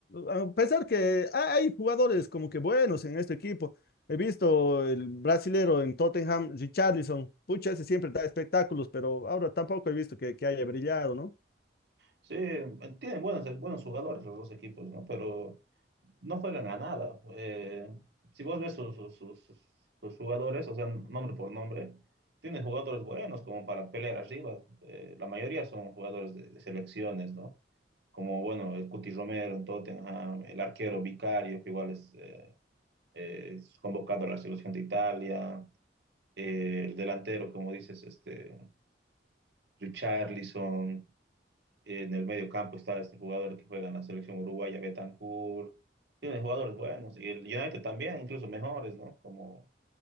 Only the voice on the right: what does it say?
sí, tienen buenos, buenos jugadores los dos equipos, ¿no? Pero no juegan a nada. Eh, si vos ves sus, sus- sus- sus- sus jugadores, o sea, nombre por nombre, tiene jugadores buenos como para pelear arriba. Eh, la mayoría son jugadores de, de selecciones, ¿no? Como, bueno, el Cuti Romero en Tottenham, el arquero Vicario, que igual es, eh, eh, es convocado a la selección de Italia, eh, el delantero, como dices, este, Richarlison. En el medio campo está este jugador que juega en la selección uruguaya, Betancourt. Tiene jugadores buenos. Y el United también, incluso mejores, ¿no? Como